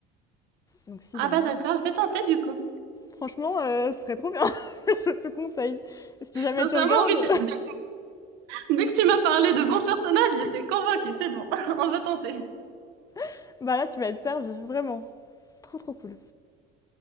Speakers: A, on the left (about 20°); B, on the right (about 70°).
A: Donc si
B: Ah
A: jamais,
B: bah d'accord, je vais tenter du coup.
A: franchement, euh, ce serait trop bien, <laughs> je te conseille. Si jamais
B: Sincèrement,
A: tu regardes,
B: oui, tu- dès, dès que tu m'as parlé de bons personnages, j'étais convaincue, c'est bon, <laughs> on va tenter.
A: <laughs> bah là, tu vas être servi, vraiment. Trop trop cool.